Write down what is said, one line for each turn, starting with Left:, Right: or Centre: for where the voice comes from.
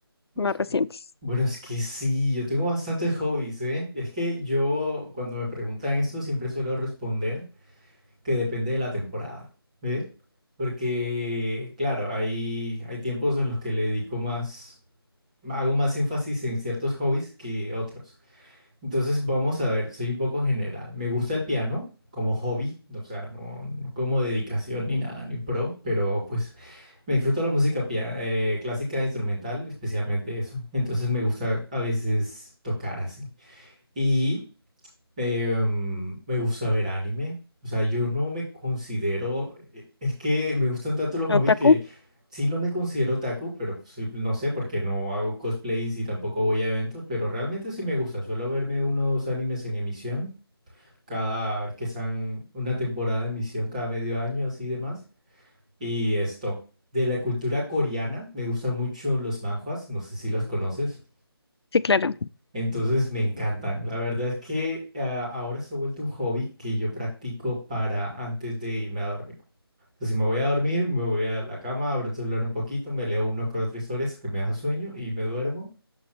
Right: Uf,
Left: más recientes.
Right: Bueno, es que sí, yo tengo bastantes hobbies, ¿eh? Es que yo cuando me preguntan esto siempre suelo responder que depende de la temporada, ¿eh? Porque, claro, hay, hay tiempos en los que le dedico más. Hago más énfasis en ciertos hobbies que otros. Entonces, vamos a ver, soy un poco general. Me gusta el piano como hobby, o sea, no, no como dedicación ni nada, ni pro, pero pues me disfruto la música pia- eh, clásica, instrumental, especialmente eso. Entonces, me gusta a veces tocar así. Y Em, me gusta ver anime. O sea, yo no me considero. e- Es que me gustan tanto los
Left: ¿Otaku?
Right: hobbies que sí no me considero otaku, pero sí, no sé, porque no hago cosplays y tampoco voy a eventos, pero realmente sí me gusta. Suelo verme unos animes en emisión cada vez que están una temporada de emisión, cada medio año, así demás. Y esto. De la cultura coreana, me gustan mucho los manhwas. No sé si los conoces.
Left: Sí, claro.
Right: Entonces me encantan. La verdad es que ah, ahora se ha vuelto un hobby que yo practico para antes de irme a dormir. O sea, si me voy a dormir, me voy a la cama, abro el celular un poquito, me leo uno que otra historia hasta que me da sueño y me duermo.